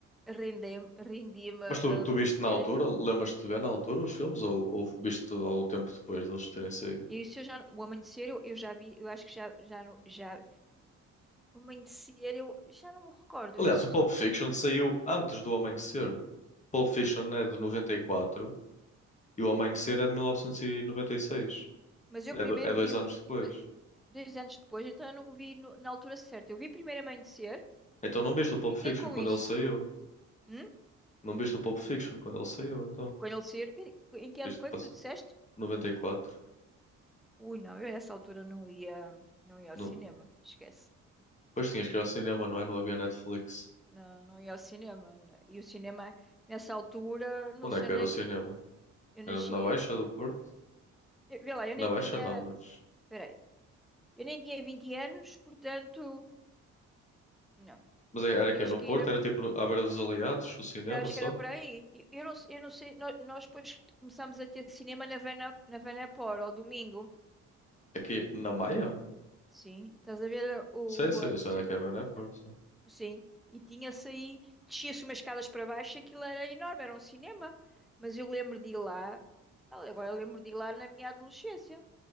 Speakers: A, in the centre; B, on the left.
A: Rendi-me rendi-me a
B: Mas tu, tu
A: Quentin
B: viste
A: Tarantino.
B: na altura? Lembras-te de ver na altura os filmes? Ou, ou viste algum tempo depois deles terem saído?
A: Isso eu já, o Amanhecer eu, eu já vi, eu acho que já, já, não- já, o Amanhecer eu já não me recordo
B: Aliás,
A: isso.
B: o Pulp Fiction saiu antes do Amanhecer. Pulp Fiction é de 94 e quatro e o Amanhecer é de 1996.
A: Mas eu
B: É,
A: primeiro
B: do- é dois
A: vi,
B: anos
A: o-
B: depois.
A: ma- dois anos depois, então eu não vi no- na altura certa. Eu vi primeiro Amanhecer
B: Então não viste
A: e
B: o Pulp
A: fiquei
B: Fiction
A: com
B: quando
A: isso.
B: ele saiu?
A: Hum?
B: Não viste o Pulp Fiction quando ele saiu, então?
A: Quando ele saiu, que- em que ano
B: Isto
A: foi
B: passou
A: que tu disseste?
B: 94.
A: Ui, não, eu a essa altura não ia, não ia ao
B: No...
A: cinema, esquece.
B: Depois tinhas
A: Tinha,
B: que ir ao cinema, não é? Não havia Netflix.
A: não, não ia ao cinema. né. E o cinema, nessa altura, não
B: Onde
A: sei
B: é que
A: onde
B: era o
A: é que...
B: cinema?
A: Eu nasci
B: Era na
A: em
B: Baixa do Porto?
A: Eh, Vê lá, eu
B: Na
A: nem
B: Baixa
A: tinha.
B: não, mas.
A: Peraí. Eu nem tinha 20 anos, portanto. Não.
B: Mas era
A: Tu tinhas
B: que no
A: que
B: Porto?
A: ir.
B: Era tipo à beira dos Aliados, o cinema
A: Eu acho
B: só?
A: que era para aí. E Eu não, sei- eu não sei. no- Nós, depois começamos a ter cinema na Vana, na Vanapor, ao domingo.
B: Aqui na Maia?
A: Sim. Estás a ver o,
B: Sei, sei,
A: o,
B: eu sei
A: o ce-
B: onde é que é, né? Porto.
A: não,
B: sim.
A: Sim. E tinha-se aí. Descia-se umas escadas para baixo, e aquilo era enorme, era um cinema. Mas eu lembro de ir lá. Agora eu lembro de ir lá na minha adolescência.